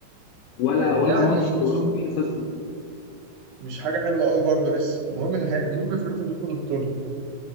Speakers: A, on the left; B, on the right.
A: ولا
B: آه،
A: ولا
B: يعني
A: ماتش
B: مش
A: أوروبي خسره
B: مش حاجة حلوة قوي برضو لسه المهم النهائي المهم في الآخر بتاخد البطولة